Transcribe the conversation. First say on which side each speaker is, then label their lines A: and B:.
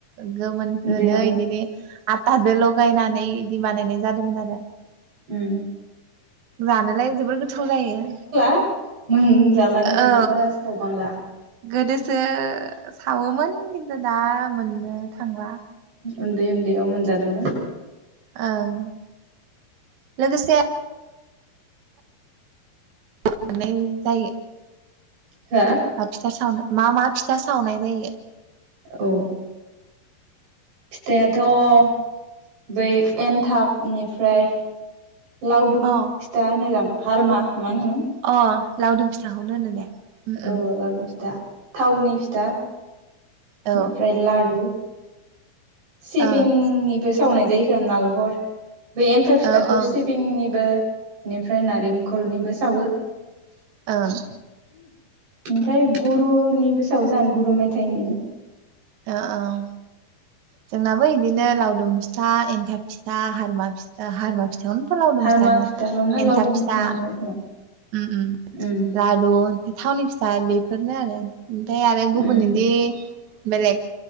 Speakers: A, on the right; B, on the right.
A: गोमोनखौनो
B: उन्दैयाव
A: बिदिनो आथादों लगायनानै बिदि बानायनाय जादोंमोन आरो।
B: ओम।
A: जानोलाय जोबोर गोथाव जायो।
B: ओम जालानो दानिया
A: औ
B: बारा सावबांला।
A: गोदोसो सावोमोन खिन्थु दा मोननो थांला।
B: उन्दै उन्दैयाव मोनजादोंमोन।
A: ओं लोगोसे <unintelligible> जायो।
B: हो।
A: ओ फिथा सावनो मा मा फिथा सावनाय जायो।
B: औ। फिथायाथ' बै एनथाबनिफ्राय। लावदुम
A: अ
B: फिथा मोजां हारमा मा होनोमोन
A: अ' लावदुम फिथाखौनो होनो दे उम
B: औ
A: उम
B: लावदुम फिथा थावनि फिथा बेनिफ्राय
A: औ
B: लारु सिबिंनिबो
A: ओं
B: सावनाय जायो नारेंखल बे एन्थाब फिथाखौ
A: औ ओं
B: सिबिंनिबो बेनिफ्राय नारेंखलनिबो सावो।
A: ओं।
B: ओमफ्राय गुरुनिबो सावयो जों गुरु मेथाइनि।
A: ओं ओं। जोंनाबो बिदिनो लावदुम फिथा, एन्थाब फिथा, हरमा फिथा,। फिथाखौनोथ' लावदुम
B: हारमा
A: फिथा होनो
B: फिथाखौनो लावदुमखौनो
A: एन्थाब फिथा
B: खोमा
A: ओम ओम
B: उम
A: लारु थावनि फिथा बेफोरनो आरो। ओमफ्राय आरो गुबुन
B: उम
A: बिदि बेलेग